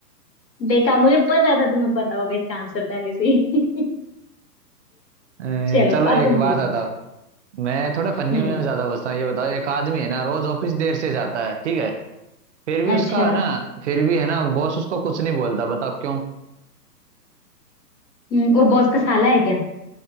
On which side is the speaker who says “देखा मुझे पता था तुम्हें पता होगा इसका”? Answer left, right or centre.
Left